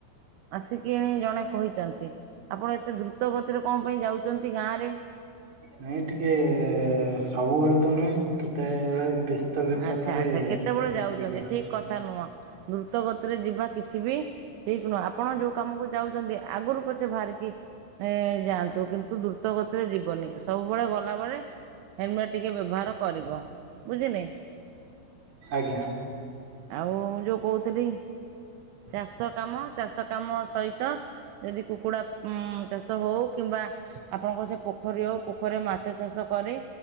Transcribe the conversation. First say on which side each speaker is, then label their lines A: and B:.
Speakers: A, on the right; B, on the right.
A: ଆସିକିଣି ଜଣେ। କହିଛନ୍ତି ଆପଣ ଏତେ ଦ୍ରୁତ ଗତିରେ କଣ ପାଇଁ ଯାଉଛନ୍ତି ଗାଁରେ।
B: ନାଇଁ ଟିକେ ସବୁବେଳେ ତ ନୁହେଁ କେତେବେଳେ ବିବ୍ରତରେ
A: ଆଚ୍ଛା ଆଚ୍ଛା କେତେବେଳେ ଯାଉଛନ୍ତି
B: ଟିକେ
A: ଠିକ। କଥା ନୁହଁ ଦ୍ରୁତ ଗତିରେ ଯିବା କିଛି ବି ଠିକ ନୁହଁ ଆପଣ ଯୋଉ କାମକୁ ଯାଉଛନ୍ତି ଆଗରୁ ପଛେ ବାହାରିକି ଏ ଯାଆନ୍ତୁ କିନ୍ତୁ ଦୁ ଗତ ଗତିରେ ଯିବନି ସବୁବେଳେ ଗଲାବେଳେ ହେଲମେଟ୍ ଟିକେ ବ୍ୟବହାର କରିବ ବୁଝିନି।
B: ଆଜ୍ଞା
A: ଆଉ ମୁଁ ଯୋଉ କହୁଥିଲି ଚାଷ କାମ ଚାଷ କାମ ସହିତ। ଯଦି କୁକୁଡ଼ା ଚାଷ ହଉ କିମ୍ବା ଆପଣଙ୍କ ସେ ପୋଖରୀ ହେଉ ପୋଖରୀ ମାଛ ଚାଷ କରି